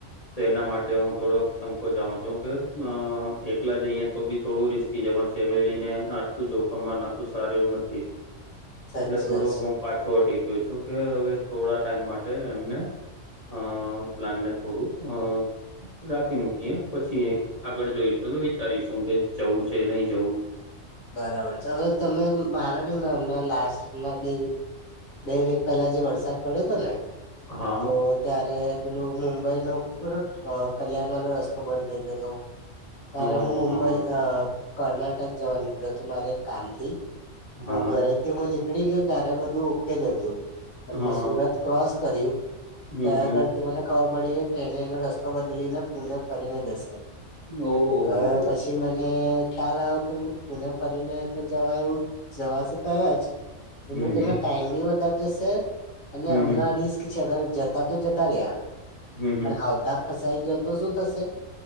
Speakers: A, on the left; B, on the left.
A: તો એનાં માટે થોડોક સંકોચાવ છું કે, એકલાં જઈએ તો બી થોડું રિસ્ક જેમાં ફેમિલીને આટલું જોખમમાં નાખવું સારું એવું નથી
B: સાચી
A: એટલે થોડોક
B: વાત
A: હું
B: છે
A: પાછો હટી ગ્યો છું, કે હવે થોડા ટાઈમ માટે એમને અ.. પ્લાનને થોડું અઅ રાખી મૂકીએ પછી આગળ જોઈશું ને વિચારીશું કે જવું છે નહી જવું
B: બરાબર છે. હવે તમે માનો નય હમણાં લાસ્ટમાં બે બે વીક પહેલા જે વરસાદ પડ્યો ને
A: હા
B: તો ત્યારે પેલું મુંબઈનો ખબર હ કલ્યાણવાલો રસ્તો બંધ થઈ જતો. ત્યારે
A: હા
B: હું મુંબઈ અ કર્ણાટક જવા નીકળ્યો હતો. મારે એક કામથી તો
A: હા
B: ઘરેથી હું નીકળી ગ્યો ત્યારે બધું ઓકે જ હતું. અને
A: હા
B: મેં સુરત ક્રોસ કર્યું,
A: હમ
B: તય
A: હમ
B: આગળ થી મને ખબર પડી કે ટ્રેને એનો રસ્તો બદલીને પુને ફરીને જશે
A: ઓહો
B: હવે
A: હો
B: પછી મને ખ્યાલ આવ્યો કે હું પુને ફરીને તો જવાય એવું જવાશે તો યા જ <unintelligible>
A: હમ હમ
B: એમાં ટાઈમ બી વધારે જશે. અને
A: હમ
B: અમને
A: હમ
B: રિસ્ક છે અગર જતાં તો જતાર્યા.
A: હમ હમ
B: પણ આવતા ફસાઈ ગ્યો તો શું થશે?